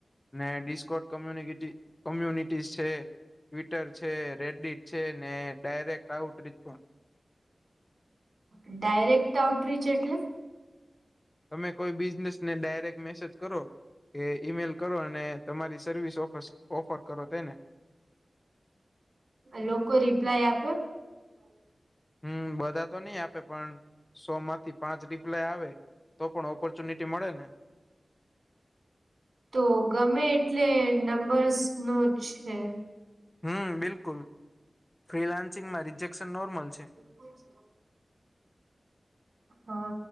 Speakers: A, on the left; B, on the right.
A: ને ડિસ્કોટ કોમ્યુનિટી કોમ્યુનિટી છે ટ્વિટર છે રેડડીત છે ને ડાયરેક્ટ આઉટરીચ પણ
B: ડાયરેક્ટ આઉટરીચ એટલે
A: તમે કોઈ બિઝનેસ ને ડાયરેક્ટ મેસેજ કરો કે ઈમેલ કરો અને તમારી સર્વિસ ઓફ ઓફર કરો તેને
B: લોકો રિપ્લાય આપે <inaudible>
A: હમ બધા તો નહી આપે પણ સો માંથી પાંચ રિપ્લાય આવે તો પણ ઓપોર્ચ્યનિટી મળે ને
B: તો ગમે એટલે નંબર્સ નો જ છે
A: હમ બિલકુલ ફ્રીલાન્સિંગમાં રિજેક્શન નોર્મલ છે
B: <inaudible> હા